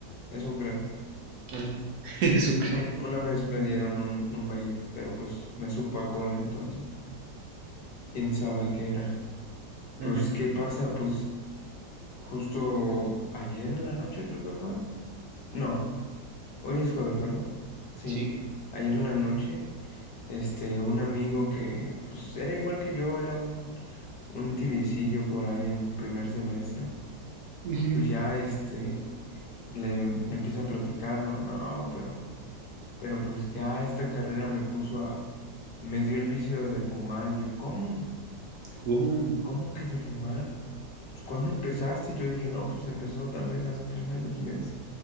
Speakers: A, on the left; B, on the right.
A: eso creo.
B: ajá. <laughs> Eso creo.
A: Un- una vez me dieron un, un vape, pero pues me supo a cola, entonces, quién sabe qué era. Pues,
B: Ajá,
A: ¿qué pasa? Pues, justo ayer en la noche creo que fue. No, hoy es jueves, ¿verdad? Sí,
B: sí.
A: ayer en la noche, este, un amigo que, pues, era igual que yo, era un, un tibiecillo por ahí en primer semestre.
B: Ujú.
A: Pues ya, este, le empieza a platicar, no, no, pero Pero pues ya esta carrera me puso a, me dio el vicio de fumar y yo, ¿cómo?
B: ¿Cómo?
A: ¿Cómo que de fumar? Pues, ¿cuándo empezaste? Yo dije, no, pues empezó tal vez hace tres años y me dice,